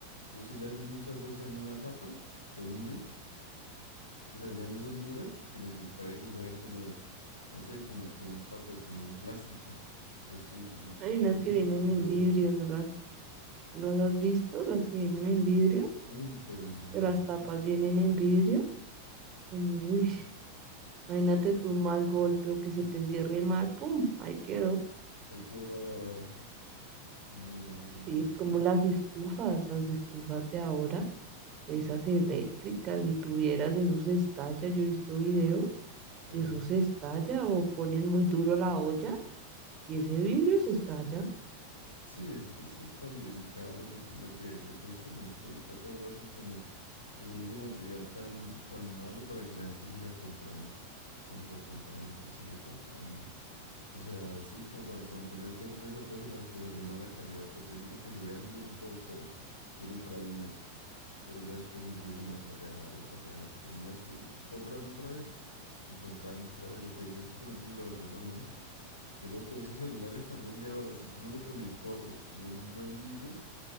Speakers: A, on the left; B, on the right.
A: tú si le haces mucha fuerza en una tapa, se hunde, o sea, ya no son duras, sino que parece que fueran como, no sé, como, como un papel, como un plástico. Entonces tú
B: hay
A: lo
B: unas
A: oprimes
B: que vienen
A: y se
B: en
A: doblan.
B: vidrio, ¿no las, no las has visto? Las que vienen en vidrio.
A: Uy, pero imagínate,
B: que las tapas vienen en vidrio. mm, Uy, imagínate tú un mal golpe o que se te cierre mal, pum, ahí quedó.
A: hay que doblar ahora. No, hombre,
B: Sí, es
A: es
B: como
A: que,
B: las estufas, las estufas de ahora, de esas eléctricas, si tuvieras eso se estalla, yo he visto videos
A: sí.
B: y eso se estalla o ponen muy duro la olla y ese vidrio se estalla.
A: Sí, es que eso es tan delicado lo que, lo que, lo que decíamos, es que ahorita todo lo hacen como, como en ese material tan, tan malo para que la gente siga comprando, y siga comprando, y siga comprando. O sea, sí, como para tu mantener tu empresa, tú haces las cosas de mala calidad, por decirlo, que se vean bien y todo chévere, duren por ahí un mes, pero ya después empiezan a fallar y a fallar, y terminas tú comprando otra vez, y comprando otra vez, lo que decías tú, por ejemplo, lo del reloj, ¿no? De loco, esos celulares también de ahora, si tú no le pones forro y un buen vidrio,